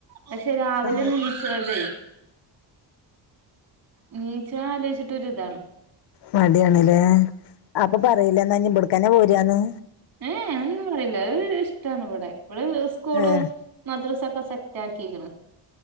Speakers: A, on the right (about 55°); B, on the left (about 65°).
A: പക്ഷെ രാവിലെ
B: സമയത്ത്
A: നീച്ച്ണത് നീച്ചാണ. ലോചിച്ച്ട്ടൊര്താണ്
B: മടിയാണ്‌ലേ അപ്പൊ പറീലെ ന്നാ ഞ്ഞ് വ്ട്ക്കന്നെ പോരാന്ന്
A: ഏ എ <unintelligible> അതൊന്നും പറീല് അ് <unintelligible> അ് <unintelligible> ഇഷ്ടാണ്വ്ടെ ഇവിടെ ഇസ്കൂളും
B: ഏഹ്
A: മദ്രസൊക്കെ സെറ്റാക്കീക്ണ്